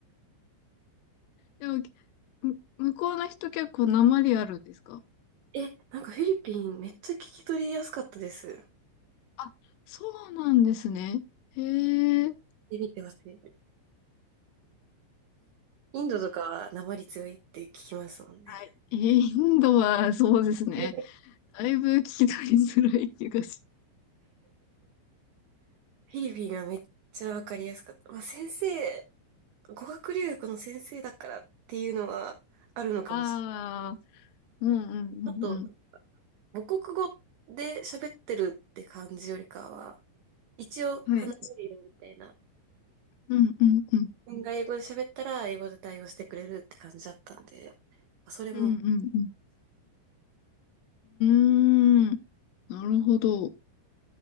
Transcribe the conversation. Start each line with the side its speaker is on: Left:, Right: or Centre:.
Left: でも、む向こうの人結構訛りあるんですか
Right: え、なんかフィリピンめっちゃ聞き取りやすかったです。
Left: あ、そうなんですね。へえ。
Right: 見てみてほしい。インドとかなまり強いって聞きますもんね。
Left: はい。インドはそうですね。
Right: <laughs> フ
Left: だいぶ聞き取りづらい気がし。
Right: ィリピンがめっちゃわかりやすかった。まあ、先生、語学留学の先生だからっていうのはあるのかもしれ
Left: ああ、うんうんうんうん。
Right: ない。あと、母国語で喋ってるって感じよりかは、一応話せるよみたいな。
Left: はい。うんうんうん。
Right: 自分が英語で喋ったら英語で対応してくれるって感じだったんで、それも、
Left: うんうんうん。うーん。なるほど。